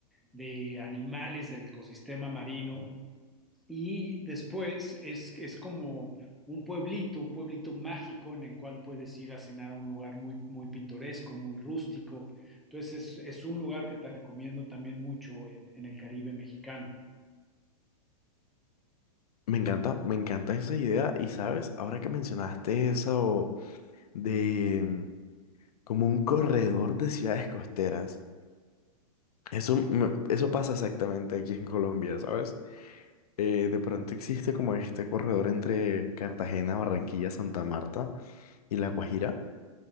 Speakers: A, in the centre; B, on the left (about 85°).
A: de animales del ecosistema marino. Y después es, es como un pueblito, un pueblito mágico en el cual puedes ir a cenar a un lugar muy, muy pintoresco, muy rústico. Entonces es, es un lugar que te recomiendo también mucho en en el Caribe mexicano.
B: Me encanta, me encanta esa idea y sabes, ahora que mencionaste eso de mm, como un corredor de ciudades costeras, eso, me- eso pasa exactamente aquí en Colombia, ¿sabes? eh, de pronto existe como este corredor entre Cartagena, Barranquilla, Santa Marta y La Guajira.